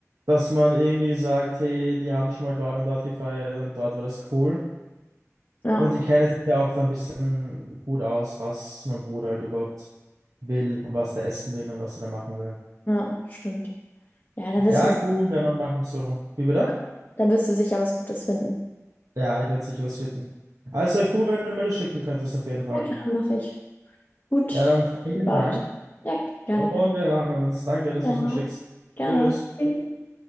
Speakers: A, on the right; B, on the left.
A: Dass man irgendwie sagt, hey, die haben schon mal dort und dort gefeiert und dort war das cool.
B: Ja,
A: Und die kennen sich ja auch dann ein bisschen gut aus, was mein Bruder halt überhaupt will und was der essen will und was er da machen will.
B: ja, stimmt. Ja, da
A: Ja,
B: wirst du
A: cool, ja, dann machen wir so. Wie bitte?
B: Ja. Da wirst du sicher was Gutes finden.
A: Ja, ich werde sicher was finden. Also cool, wenn du mir das schicken könntest, auf jeden Fall.
B: Ja, klar, mache ich. Gut,
A: Ja, dann
B: bis
A: vielen
B: bald.
A: Dank
B: Ja, gerne,
A: und
B: gerne.
A: wir hören uns. Danke, dass
B: Ja,
A: du es mir schickst.
B: gerne.
A: Tschüss.
B: Tschüss.